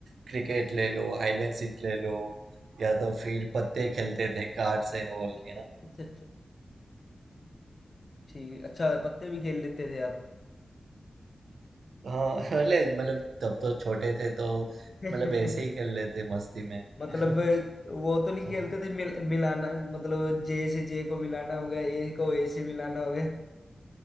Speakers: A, on the right; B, on the left.
A: क्रिकेट ले लो हाइड एंड सीक ले लो या तो फिर पत्ते खेलते थे कार्ड्स एंड ऑल यू नो
B: अच्छा, अच्छा। ठीक है। अच्छा पत्ते भी खेल लेते थे आप
A: हाँ <laughs> अरे मतलब तब तो छोटे थे तो
B: <laughs>
A: मतलब ऐसे ही
B: हाँ
A: खेल लेते मस्ती में
B: मतलब
A: <laughs>
B: वो तो नहीं
A: हाँ
B: खेलते थे मिल, मिलाना मतलब जे से जे को मिलाना हो गया ए को ए से मिलाना हो गया